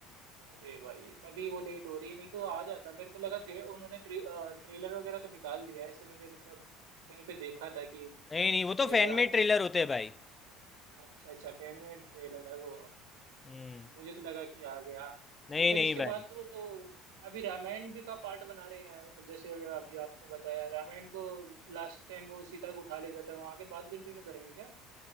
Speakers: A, on the right; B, on the left.
A: अरे भाई तभी वो लेट हो रही है नहीं तो आ जाता मेरे को लगा थे उन्होंने ट्रे, अ, ट्रेलर वगैरह तो निकाल दिया है, ऐसे मुझे मतलब कहीं पे देखा था कि
B: नहीं नहीं वो
A: ट्रेलर
B: तो फैन
A: आ
B: मेड
A: गया
B: ट्रेलर होते हैं भाई
A: अच्छा अच्छा फैन में ट्रेलर है वो
B: हम्म
A: मुझे तो लगा कि आ गया
B: नहीं
A: तो फिर
B: नहीं
A: इसके
B: भाई
A: बाद तो अभी रामायण भी का पार्ट बना रहे हैं जैसे अभी आपने बताया रामायण को लास्ट टाइम वो सीता को उठा ले जाता है वहां के बाद कंटिन्यू करेंगे क्या